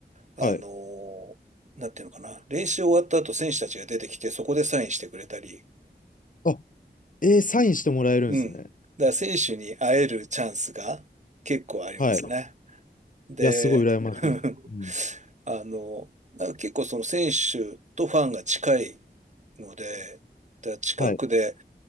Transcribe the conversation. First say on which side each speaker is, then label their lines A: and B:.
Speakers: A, on the right; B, on the left.
A: あの、
B: はい。
A: なんていうのかな、練習終わった後選手たちが出てきてそこでサインしてくれたり、
B: あ、えーサインしてもらえるんですね。
A: うん。だから選手に会えるチャンスが結構ありますね。
B: はい。い
A: で、
B: や、すごい羨ましいうん。
A: <laughs> あの、だから結構その選手とファンが近いので、だから近くで、
B: はい。